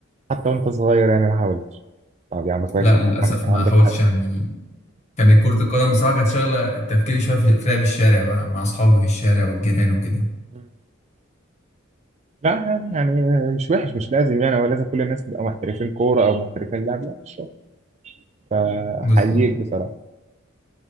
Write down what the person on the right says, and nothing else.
حتى وانت صغير يعني ما حاولتش طب يا عم كويس
ان
كان كان
عندك
حد
مم. لا يعني مش وحش مش لازم يعني ولا لازم كل الناس تبقى محترفين كوره او محترفين لعب لا مش شرط فحييك
بصراحة